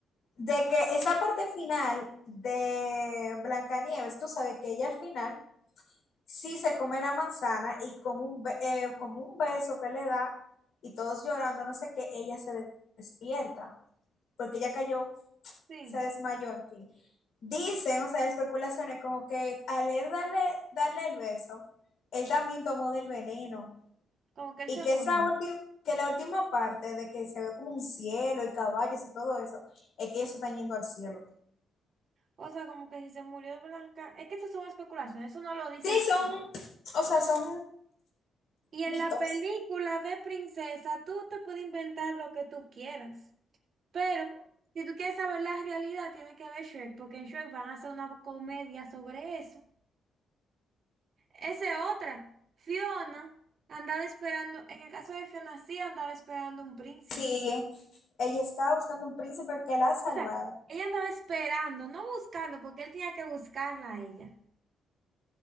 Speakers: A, on the left (about 60°); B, on the right (about 45°).
A: de que esa parte final de Blancanieves, tú sabes que ella al final Sí se come la manzana y con un, be- eh, como un beso que le da y todos llorando, no sé qué, ella se de- despierta porque ella cayó,
B: Sí,
A: se desmayó, en fin. Dicen, o sea, especulaciones como que al él darle, darle el beso, él también tomó del veneno
B: como que él
A: y
B: se
A: que
B: murió.
A: esa última, que la última parte de que se ve como un cielo y caballos y todo eso, es que ellos se están yendo al cielo.
B: O sea, como que si se murió Blanca. Es que eso son especulaciones, eso no lo dicen
A: Sí,
B: las
A: son, o sea, son
B: Y en
A: mitos.
B: la película de princesa, tú te puedes inventar lo que tú quieras. Pero si tú quieres saber la realidad, tienes que ver Shrek, porque en Shrek van a hacer una comedia sobre eso. Esa es otra. Fiona andaba esperando, en el caso de Fiona sí andaba esperando un príncipe.
A: Sí, ella estaba buscando un príncipe que la salvara.
B: O sea, ella andaba esperando, no buscando, porque él tenía que buscarla a ella.